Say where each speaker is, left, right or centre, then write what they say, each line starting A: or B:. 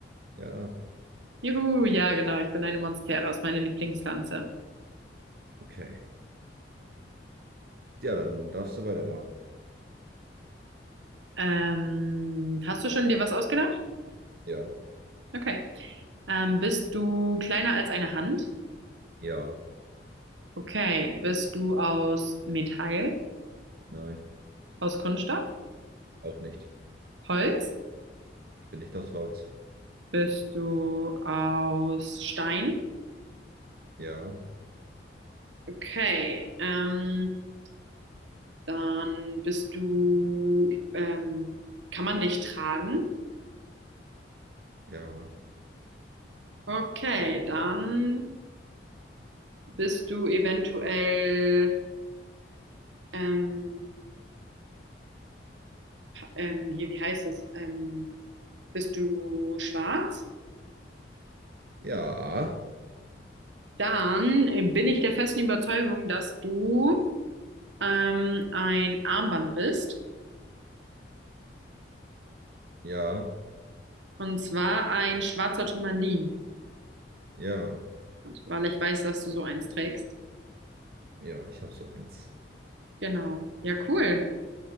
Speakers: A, on the right; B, on the right.
A: Ja,
B: Juhu, ja, genau. Ich bin eine Monstera, ist meine Lieblingspflanze.
A: okay. Ja, dann darfst du weitermachen.
B: Ähm, hast du schon dir was ausgedacht?
A: Ja,
B: Okay. Ähm, bist du kleiner als eine Hand?
A: ja,
B: Okay. Bist du aus Metall?
A: nein,
B: Aus Kunststoff?
A: auch nicht.
B: Holz?
A: Ich bin nicht aus Holz.
B: Bist du aus Stein?
A: Ja,
B: Okay. Ähm, Dann bist du, ähm, kann man dich tragen?
A: ja,
B: Okay, dann bist du eventuell, ähm, ähm, hier, wie heißt es? Ähm, bist du schwarz?
A: ja,
B: Dann bin ich der festen Überzeugung, dass du ähm, ein Armband bist.
A: ja,
B: Und zwar ein schwarzer Turmalin-Armband,
A: ja,
B: weil ich weiß, dass du so eins trägst.
A: ja. Ich habe so eins.
B: Genau. Ja, cool.